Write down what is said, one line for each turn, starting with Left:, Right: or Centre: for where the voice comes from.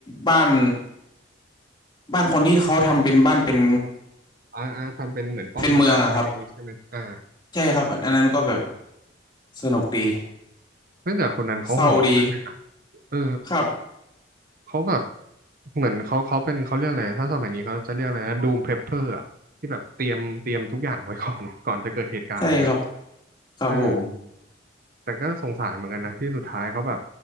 Left: บ้านบ้านคนที่เขาทำเป็นบ้านเป็น
Right: อ่าอ่าทำเป็นเหมือนป้อมปราการอะไรอย่างงี้ใช่ไหมอ่า
Left: เป็นเมืองอะครับใช่ครับอันนั้นก็แบบสนุกดี
Right: เฮ้ยแต่คนนั้นเขาโหดมาก
Left: เศร้าดี
Right: เออ
Left: ครับ
Right: เขาแบบเหมือนเขาเขาเป็นเขาเรียกอะไรถ้าสมัยนี้เขาจะเรียกอะไรนะดูมเพลเปอร์อะที่แบบเตรียมเตรียมทุกอย่างไว้ก่อน <laughs> ก่อนจะเกิดเหตุการณ์เงี้ย
Left: ใช่ครับครับผม
Right: เออแต่ก็สงสารเหมือนกันนะที่สุดท้ายเขาแบบ